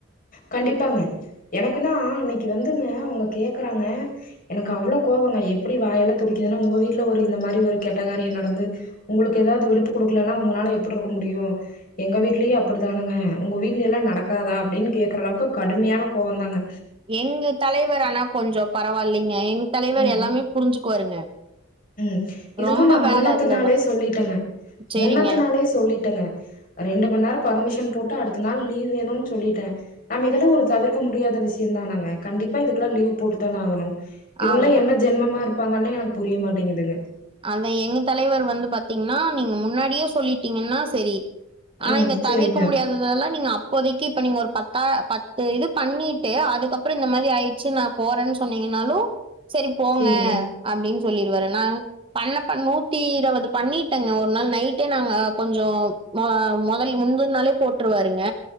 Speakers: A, on the left; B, on the right.
A: கண்டிப்பாங்க எனக்குனா அன்னைக்கு வந்துங்க அவுங்க கேக்கறாங்க எனக்கு அவ்ளோ கோவங்க எப்டி வாயெல்லா துடிக்கிதுனா உங்க வீட்ல ஒரு இந்த மாரி ஒரு கெட்டகாரிய நடந்து உங்களுக்கு ஏதாவது விடுப்பு குடுக்கலனா உங்கனால எப்டி இருக்க முடியு எங்க வீட்லயு அப்டிதானங்க உங்க வீட்லயலா நடக்காதா அப்டின் கேக்குற அளவுக்கு கடுமையான கோவ தாங்க
B: எங்க தலைவர் ஆனா கொஞ்சோ பரவால்லிங்க எங்க தலைவர்
A: ம்
B: எல்லாமே புரிஞ்சுக்குவாருங்க
A: ம் இதுக்கு
B: ரொம்ப
A: நா முன்னத்த
B: வேல இருந்ததா
A: நாளே சொல்லிட்டங்க
B: சரிங்க.
A: முன்னத்த நாளே சொல்லிட்டங்க ரெண்டு மண் நேர பர்மிஷன் போட்டு அடுத்த நாள் லீவ் வேணுன் சொல்லிட்ட நம்ம இதெல்லா ஒரு தவிர்க்க முடியாத விஷிய தானங்க கண்டிப்பா இதுக்கெல்லா லீவ் போட்டு தான ஆகணு இவங்களா
B: ஆமா.
A: என்ன ஜென்மமா இருப்பாங்கனே எனக்கு புரிய மாட்டேங்கிதுங்க
B: அதா எங்க தலைவர் வந்து பாத்தீங்னா நீங்க முன்னாடியே சொல்லிட்டீங்கன்னா செரி ஆனா
A: ம்
B: இந்த
A: சேரிங்க
B: தவிர்க்க முடியாது அதெல்லா நீங்க அப்போதைக்கு இப்ப நீங்க ஒரு பத்தா பத்து இது பண்ணிட்டு அதுக்கப்புற இந்த மாரி ஆய்ட்ச்சி நா போறேன்னு சொன்னீங்கன்னாலு செரி போங்க
A: சேரிங்க
B: அப்டின் சொல்லிருவாரு நா பண்ண பண் நூத்தி இரவது பண்ணிட்டங்க ஒரு நாள் நைட்டே நாங்க கொஞ்சோ ம மொதல் முஞ்சொரு நாளே போட்டுருவாருங்க